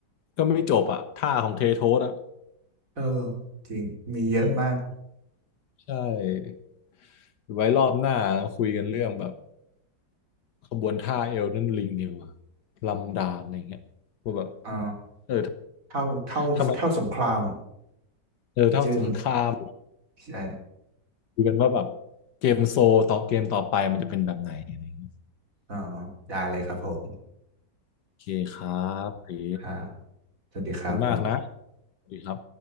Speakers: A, on the left (about 65°); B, on the right (about 45°).
A: ก็ไม่จบอะท่าของเทโทสอะ
B: เออจริงมีเยอะมาก
A: อืมใช่ไว้รอบหน้าคุยกันเรื่องแบบขบวนท่าเอลนั่นลิงเดียวาลำดาบอะไรเงี้ยว่าแบบ
B: อ๋อ
A: เออ
B: เท่าเท่าเท่าสงคราม
A: ทำไมเออถ้าสงคราม
B: ชื่อมันใช่
A: คุยกันว่าแบบเกมโซต่อเกมต่อไปมันจะเป็นแบบไหนอะไรเงี้ย
B: อ๋อได้เลยครับผม
A: โอเคครับตี
B: ครับสวัสดีครับผม
A: ขอบคุณมากนะสวัสดีครับ